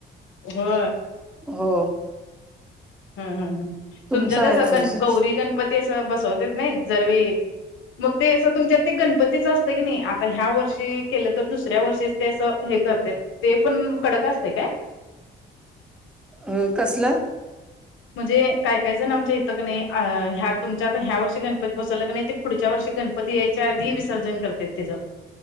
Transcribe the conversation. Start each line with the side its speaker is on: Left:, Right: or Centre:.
Left: हो
Centre: हो
Left: हम् हम हम
Centre: तुमचं
Left: तुमच्यातसं
Centre: आहे ना
Left: गण
Centre: व्यवस्थित
Left: गौरी गणपती असं बसवतेत नाही जर मग ते असं तुमच्यात ते गणपतीचं असतं की नाही आता ह्या वर्षी केलं तर दुसऱ्या वर्षी ते असं हे करते ते पण कडक असते काय?
Centre: अ कसलं?
Left: म्हणजे कायही काही जण आमच्या हथक नाही ह्या तुमच्या आता ह्या वर्षी गणपती बसवलं क नाही ते पुढच्या वर्षी गणपती याय. ध विसर्जन करत त्याचं.